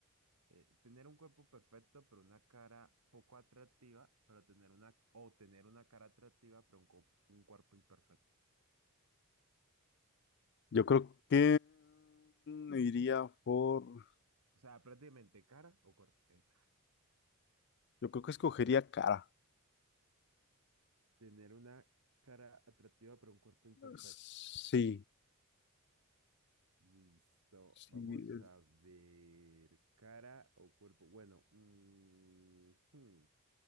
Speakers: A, on the right (about 80°); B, on the left (about 50°).
A: Eh, tener un cuerpo perfecto, pero una cara poco atractiva, pero tener una, o tener una cara atractiva, pero un, cu- un cuerpo imperfecto.
B: Yo creo que mm, iría por.
A: O sea, prácticamente cara o cuerpo. eh.
B: Yo creo que escogería cara.
A: Tener una cara atractiva, pero un cuerpo imperfecto.
B: Sí,
A: Listo,
B: sí,
A: vamos
B: eh,
A: a ver. Cara o cuerpo. Bueno, mm, hmm,